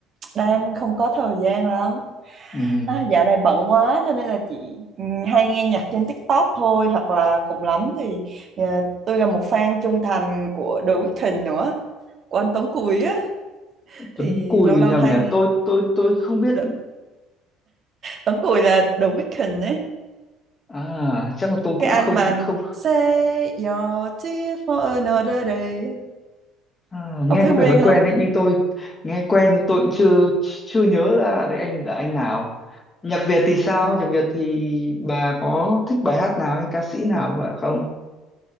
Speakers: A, on the right (about 45°); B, on the left (about 30°).
A: đang không có thời gian lắm.
B: ừ.
A: À, dạo này bận quá cho nên là chị ừ, hay nghe nhạc trên TikTok thôi hoặc là cùng lắm thì à, tôi là một fan trung thành của The Weeknd nữa, của anh Tuấn Cùi á
B: Tuấn
A: thì
B: Cùi
A: lâu lâu
B: nào
A: hay
B: nhỉ
A: nghe.
B: tôi tôi tôi không biết
A: Đ- Tuấn Cùi là The Weeknd ấy.
B: à chắc là tôi cũng
A: Cái anh
B: không
A: mà
B: không
A: Say your tears for another day.
B: Ờ, nghe
A: Ông thấy
B: có
A: quen
B: vẻ quen
A: không?
B: quen đấy như tôi nghe quen nhưng tôi cũng chưa chưa nhớ là đấy anh là anh nào nhạc Việt thì sao
A: À.
B: nhạc Việt thì bà có thích bài hát nào hay ca sĩ nào vậy không